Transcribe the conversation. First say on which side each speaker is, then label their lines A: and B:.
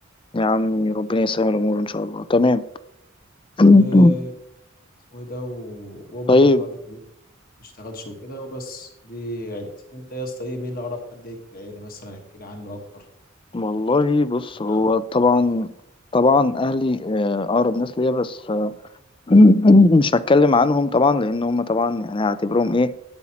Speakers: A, on the left; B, on the left.
A: يا عمي ربنا يسهل الامور ان شاء الله تمام <clears throat>
B: و اسمه ايه ده و- وامي
A: طيب
B: برضو قاعده في البيت ما بتشتغلش وكده وبس دي عيلتي انت يا اسطى ايه مين اقرب حد ليك في العيله مثلا احكي لي عنه اكتر
A: والله بص
B: ابن
A: هو
B: عمك
A: طبعا
B: خالك.
A: طبعا اهلي آه، اقرب ناس ليا بس آه، <clears throat> مش هتكلم عنهم طبعا لان هم طبعا يعني هعتبرهم ايه